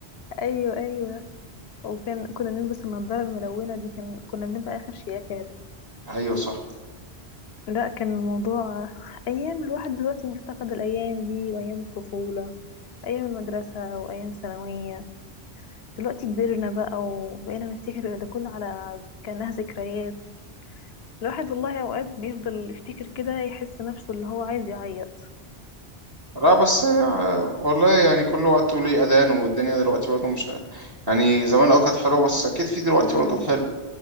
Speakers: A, on the left; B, on the right.
A: ايوه ايوه وكان كنا نلبس النضاره الملونه دي كان كنا بنبقى اخر شياكه يا ابني
B: ايوه صح
A: لا كان الموضوع ايام الواحد دلوقتي مفتقد الايام دي وايام الطفوله أيام المدرسة وأيام الثانوية دلوقتي كبرنا بقى وبقينا نفتكر ده كله على كأنها ذكريات الواحد والله أوقات بيفضل يفتكر كده يحس نفسه اللي هو عايز يعيط
B: لا بس هي والله يعني كل وقت وليه أذان والدنيا دلوقتي برضه مش يعني زمان اه كانت حلوة بس أكيد في دلوقتي
A: امم
B: برضه حلو